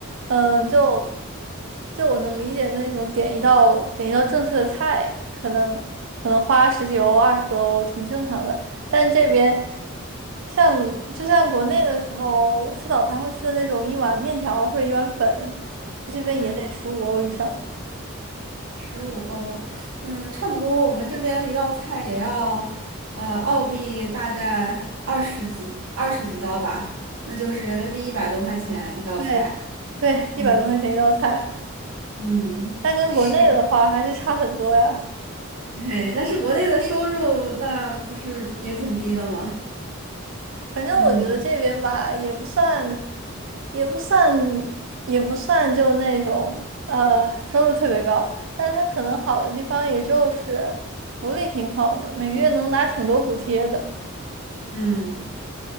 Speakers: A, on the right; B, on the right.
A: 嗯，就就我能理解那种点一道点一道正式的菜，可能可能花十几欧、二十多欧挺正常的。但这边像就像国内的时候吃早餐会吃的那种一碗面条或者一碗粉，它这边也得十五欧以上。
B: 嗯，十五欧，嗯，差不多。我们这边一道菜也要呃澳币大概二十几二十几刀吧，那就是人民币一百多块钱一道菜。
A: 对对，
B: 嗯
A: 一百多块钱一道菜，
B: 嗯。
A: 但跟国内的话还是差很多呀。
B: 是。对，但是国内的收入那不是也挺低的吗？<laughs>
A: 反正我觉得这边吧，
B: 嗯
A: 也不算，也不算，也不算就那种呃收入特别高，但它可能好的地方也就是福利挺好的，每个月能拿挺多补贴的。
B: 嗯，